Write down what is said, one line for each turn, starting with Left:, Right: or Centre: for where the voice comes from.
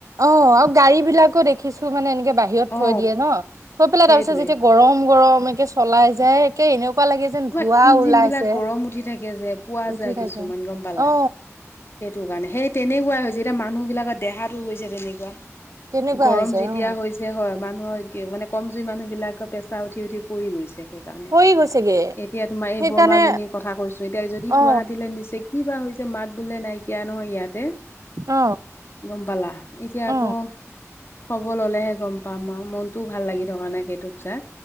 Right: অ আৰু গাড়ী বিলাকো দেখিছো মানে এনেকে বাহিৰত
Left: অ
Right: থৈ দিয়ে ন থৈ পেলাই
Left: সেইটোৱে
Right: তাৰ পিছত যেতিয়া গৰম গৰম একে চলাই যায় একে এনে- এনেকোৱা লাগে যেন
Left: তোমাৰ
Right: ধুৱা
Left: ইঞ্জিন
Right: ওলাইছে
Left: বিলাক গৰম উঠি থাকে যে পোৱা
Right: উঠি
Left: যায় কিছুমান
Right: থাকে
Left: গম পালা
Right: অ
Left: সেইটো কাৰণে সেই তেনেকুৱাই হৈছে যেতিয়া মানুহ বিলাকৰ দেহাটো হৈছে তেনেকুৱা
Right: তেনেকুৱা
Left: গৰম
Right: হৈছে
Left: যেতিয়া
Right: অ
Left: হৈছে হয়। মানুহৰ মানে কম জুৰি মানুহ বিলাকৰ পেছা উঠি উঠি পৰি গৈছে। সেইকাৰণে
Right: পৰি গৈছেগে
Left: এতিয়া তোমাৰ
Right: সেইকাৰণে
Left: এই বৰমাজনীৰ কথা কৈছো এতিয়া যদি
Right: অ
Left: গুৱাহাটীলে নিচে কি বা হৈছে মাত বোলে নাইকিয়া নহয় ইয়াতে
Right: অ
Left: গম পালা এতিয়া
Right: অ
Left: আকৌ খবৰ ললেহে গম পাম আৰু মনতটোও ভাল লাগি থকা নাই সেইটোক চা